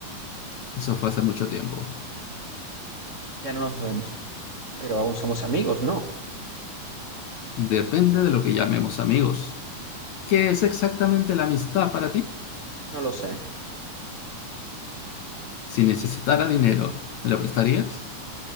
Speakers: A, on the left (about 70°); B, on the right (about 60°).
A: Eso fue hace mucho tiempo.
B: Ya no nos vemos. Pero aún somos amigos, ¿no?
A: Depende de lo que llamemos amigos. ¿Qué es exactamente la amistad para ti?
B: No lo sé.
A: Si necesitara dinero, ¿me lo prestarías?